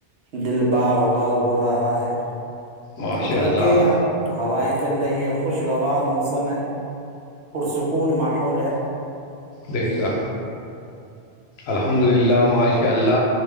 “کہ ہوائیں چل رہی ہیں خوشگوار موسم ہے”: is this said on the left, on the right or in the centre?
Right